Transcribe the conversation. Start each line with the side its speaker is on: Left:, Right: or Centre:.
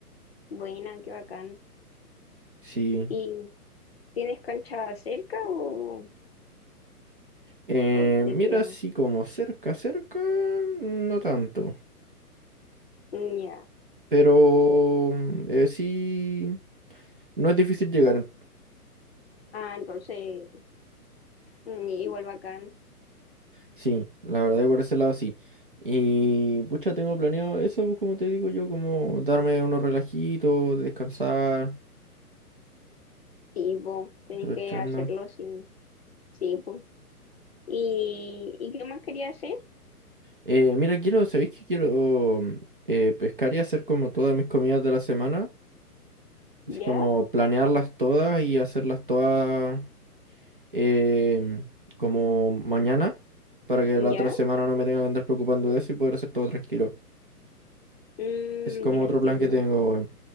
Left: Buena, qué bacán.
Right: Sí.
Left: ¿Y tienes cancha cerca o,
Right: Eh,
Left: o te
Right: mira,
Left: queda?
Right: sí, como cerca, cerca, no tanto.
Left: Mm, Ya.
Right: Pero eh, sí, no es difícil llegar.
Left: Ah, entonces, mm, igual bacán.
Right: Sí, la verdad que por ese lado sí. Y pucha, tengo planeado eso, pues, como te digo yo, como darme unos relajitos, descansar,
Left: Sí, po, tenés
Right: aprovechando.
Left: que hacerlo, sí. Sí, po. ¿Y, y qué más quería hacer?
Right: Eh, mira, quiero, ¿sabéis que quiero mm, eh, pescar y hacer como todas mis comidas de la semana? Así
Left: ¿Ya?
Right: como planearlas todas y hacerlas todas em, como mañana, para que
Left: ¿Ya?
Right: la otra semana no me tenga que andar preocupando de eso y poder hacer todo tranquilo.
Left: Mm,
Right: Ese es como
Left: ya
Right: otro
Left: entiendo.
Right: plan que tengo, weón.